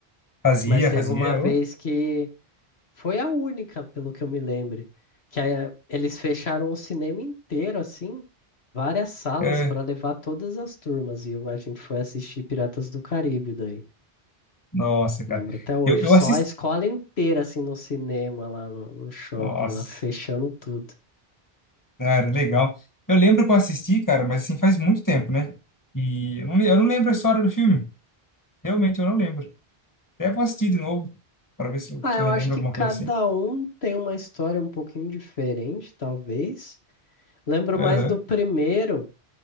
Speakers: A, on the left (about 20°); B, on the left (about 80°).
A: fazia,
B: mas teve
A: fazia.
B: uma vez
A: ô.
B: que Foi a única, pelo que eu me lembre, que aí, eh, eles fecharam o cinema inteiro, assim, várias salas
A: É,
B: para levar todas as turmas, e eu- a gente foi assistir Piratas do Caribe daí.
A: nossa, cara.
B: Lembro até hoje,
A: Eu, eu
B: só
A: assisti.
B: a escola inteira, assim, no cinema, lá no, no shopping,
A: Nossa,
B: lá fechando tudo.
A: cara, legal. Eu lembro que eu assisti, cara, mas assim, faz muito tempo, né? E eu não, le- eu não lembro a história do filme. Realmente, eu não lembro. Até vou assistir de novo, para ver se eu,
B: Ah,
A: se
B: eu
A: eu relembro
B: acho que
A: alguma
B: cada
A: coisa assim.
B: um tem uma história um pouquinho diferente, talvez. Lembro
A: Aham.
B: mais do primeiro,